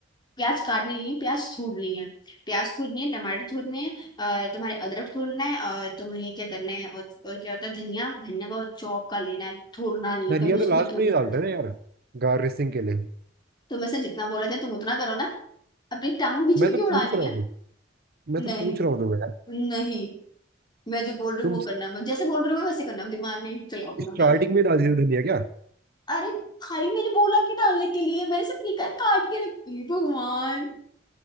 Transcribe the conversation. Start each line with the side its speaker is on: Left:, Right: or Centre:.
Left: प्याज काटनी नहीं है प्याज थूरनी है प्याज थूरनी है टमाटर थूरने हैं अ, तुम्हारे अदरक थूरना है और तुम्हें क्या करना है और, और क्या होता है धनिया धनिया को चॉप कर लेना है थूरना नहीं है
Right: धनिया
Left: कभी उसको
Right: तो लास्ट
Left: भी थूरने
Right: में ही डालते
Left: पड़ जाए
Right: हैं ना यार गार्निशिंग के लिए
Left: तुम्हें से जितना बोला जाए तुम उतना करो ना अपनी टांग बीच
Right: मैं
Left: में
Right: तो
Left: क्यों
Right: पूछ
Left: उड़ानी
Right: रहा
Left: है
Right: हूँ मैं तो
Left: नहीं
Right: पूछ रहा हूँ तुम्हें यार
Left: नहीं मैं जो बोल रही
Right: तुम
Left: हूँ वो करना है जैसे बोल रही हूँ मैं वैसे करना दिमाग नहीं चलाओ अपना
Right: स्टार्टिंग
Left: ज्यादा
Right: में डाल रही हो धनिया क्या
Left: अरे भाई मैंने बोला कि डालने के लिए मैंने सिर्फ निकाय काट के रख हे भगवान